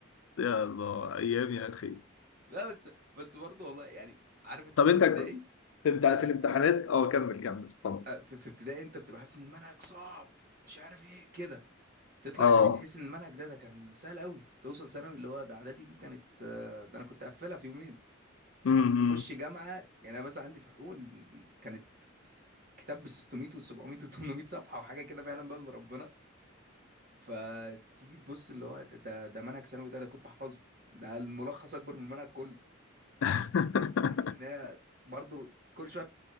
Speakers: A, on the left (about 80°); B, on the right (about 45°).
A: يا الله ايام يا اخي
B: لا بس بس برضه والله يعني عارف انت
A: طب
B: في
A: انت
B: ابتدائي
A: ك- في الامتح-
B: آه،
A: في الامتحانات اه كمل كمل اتفضل
B: آه، في في ابتدائي انت بتبقى حاسس ان المنهج صعب مش عارف ايه كده تطلع
A: اه
B: اعدادي تحس ان المنهج ده ده كان سهل قوي توصل ثانوي اللي هو ده اعدادي دي كانت آه، ده انا كنت قافلها في يومين
A: امم
B: تخش جامعه يعني انا مثلا عندي في حقوق ال- كانت كتاب بال 600 وال 700 وال 800 صفحه وحاجه كده ما يعلم بها الا ربنا فتيجي تبص اللي هو ده ده ده منهج ثانوي ده انا كنت احفظه ده الملخص اكبر من المنهج كله
A: <laughs>
B: تحس ان هي برضه كل شويه